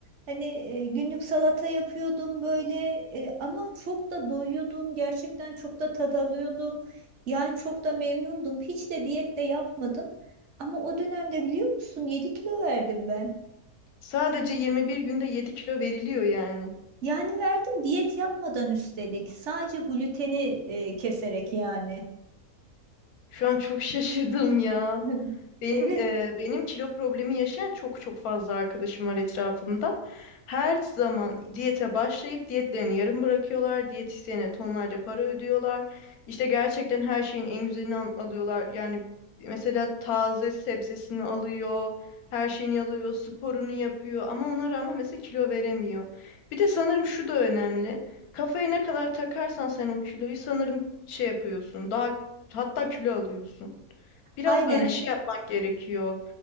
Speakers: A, on the right; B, on the left.
A: hani e, günlük salata yapıyordum böyle e, ama çok da doyuyordum gerçekten çok da tat alıyordum yani çok da memnundum hiç de diyet de yapmadım ama o dönemde biliyor musun 7 kilo verdim ben
B: Sadece 21 günde 7 kilo veriliyor yani.
A: yani verdim diyet yapmadan üstelik sadece gluteni e, keserek yani
B: Şu an çok şaşırdım ya.
A: <laughs>
B: Benim
A: evet
B: e, benim kilo problemi yaşayan çok çok fazla arkadaşım var etrafımda. Her zaman diyete başlayıp diyetlerini yarım bırakıyorlar. Diyetisyene tonlarca para ödüyorlar. İşte gerçekten her şeyin en güzelini al- alıyorlar. Yani mesela taze sebzesini alıyor, her şeyini alıyor, sporunu yapıyor ama ona rağmen mesela kilo veremiyor. Bir de sanırım şu da önemli. Kafaya ne kadar takarsan sen o kiloyu sanırım şey yapıyorsun. Daha hatta kilo alıyorsun. Biraz
A: aynen
B: böyle şey yapmak gerekiyor.